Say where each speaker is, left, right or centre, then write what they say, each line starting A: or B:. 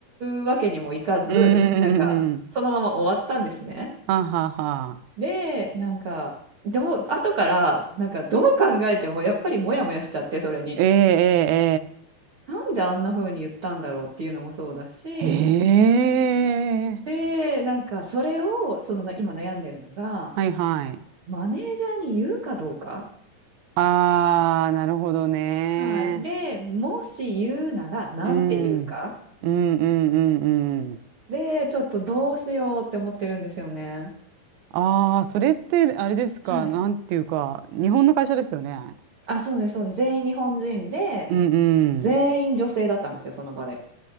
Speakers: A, on the right (about 55°); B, on the right (about 85°).
A: うわけにもいかず、
B: うんうんうん。
A: なんかそのまま終わったんですね。
B: ははは。
A: で、なんか、でも後から、なんかどう考えてもやっぱりモヤモヤしちゃって、それに。
B: ええ
A: なんであんな風に言ったんだろうっていうのもそうだし、
B: ええ。ええ。ええ
A: で、なんかそれを、そのな今悩んでるのが、
B: はいはい。
A: マネージャーに言うかどうか。
B: ああ、なるほどね。
A: はい。で、もし言うならなんて言うか。
B: うん、うんうんうんうん。
A: で、ちょっとどうしようって思ってるんですよね。
B: ああ、それってあれですか、
A: はい。
B: なんていうか、日本の会社ですよね。
A: あ、そうです、そうです。全員日本人で、
B: うんう
A: 全員女性だったんですよ、
B: ん。
A: その場で。